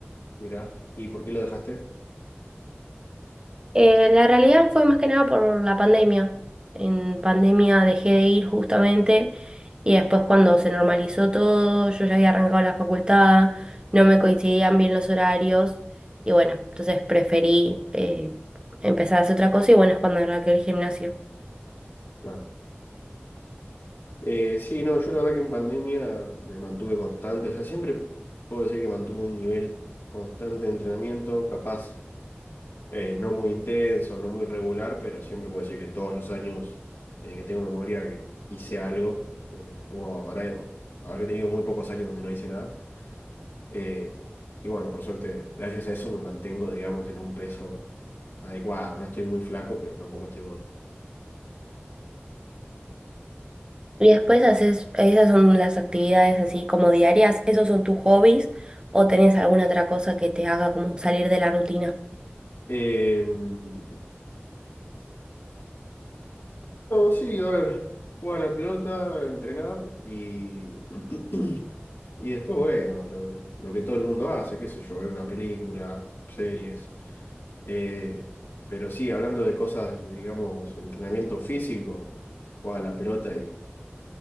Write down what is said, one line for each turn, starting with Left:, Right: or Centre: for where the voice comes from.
Left: Mirá, ¿y por qué lo dejaste?
Right: Eh, la realidad fue más que nada por la pandemia. En pandemia dejé de ir justamente y después cuando se normalizó todo, yo ya había arrancado la facultad, no me coincidían bien los horarios y bueno, entonces preferí eh, empezar a hacer otra cosa y bueno, es cuando arranqué el gimnasio.
Left: Claro. Eh, sí, no, yo la verdad que en pandemia me mantuve constante, o sea, siempre puedo decir que mantuve un nivel constante de entrenamiento, capaz. eh, no muy intenso, no muy regular, pero siempre puedo decir que todos los años eh, que tengo memoria que hice algo, eh, hubo- habrá- habré tenido muy pocos años donde no hice nada. eh, y bueno, por suerte, gracias a eso me mantengo, digamos, en un peso adecuado. No estoy muy flaco, pero tampoco estoy gordo.
Right: Y después haces, esas son las actividades así como diarias, ¿esos son tus hobbies o tenés alguna otra cosa que te haga como salir de la rutina?
Left: Eh, no, sí, a ver, jugar a la pelota, entrenar y... <clears throat> Y después, bueno, lo, lo que todo el mundo hace, qué sé yo, ver una película, series. Eh, pero sí, hablando de cosas, digamos, entrenamiento físico, jugaba a la pelota y,